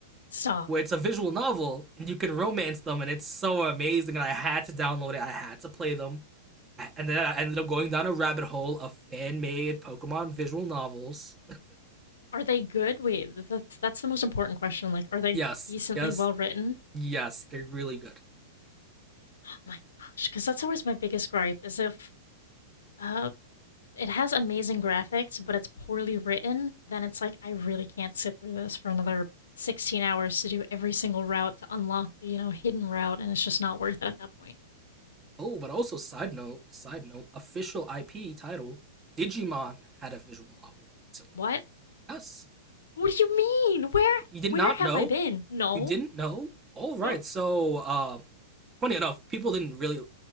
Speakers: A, on the left; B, on the right.
A: stop.
B: where it's a visual novel and you can romance them, and it's so amazing. And I had to download it. I had to play them, and then I ended up going down a rabbit hole of fan made Pokemon visual novels.
A: Are they good? Wait, that's that's the most important question. Like, are they
B: Yes,
A: decently
B: yes,
A: well written?
B: yes, they're really good.
A: Oh my gosh, because that's always my biggest gripe is if Uh, it has amazing graphics, but it's poorly written. Then it's like I really can't sit through this for another 16 hours to do every single route to unlock the, you know, hidden route and it's just not worth it at that point.
B: Oh, but also side note, side note, official IP title, Digimon had a visual novel recently.
A: What?
B: Yes.
A: What do you mean? Where
B: You did
A: where
B: not
A: have
B: know?
A: I been? No.
B: You didn't know? Alright,
A: No.
B: so uh funny enough, people didn't really